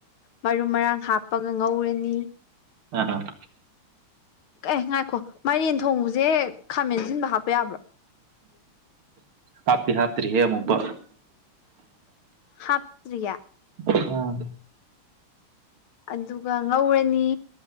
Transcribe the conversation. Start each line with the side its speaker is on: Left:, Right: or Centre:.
Left: ꯃꯔꯨ ꯃꯔꯥꯡ ꯍꯥꯞ ꯍꯥꯞꯄꯒ ꯉꯧꯔꯅꯤ
Right: ꯑ ꯑ
Left: ꯑꯦ ꯉꯥꯏꯈꯣ ꯃꯥꯏꯔꯦꯟ ꯊꯣꯡꯕꯁꯦ ꯈꯥꯃꯦꯟꯁꯤꯟꯕ ꯍꯥꯞꯄ ꯌꯥꯕ꯭ꯔꯣ
Right: ꯍꯥꯇꯤ ꯍꯥꯇꯔꯤꯌꯦ ꯑꯃꯨꯕ
Left: ꯍꯥꯞꯇꯔꯤꯌꯦ
Right: ꯑꯥ
Left: ꯑꯗꯨꯒ ꯉꯧꯔꯅꯤ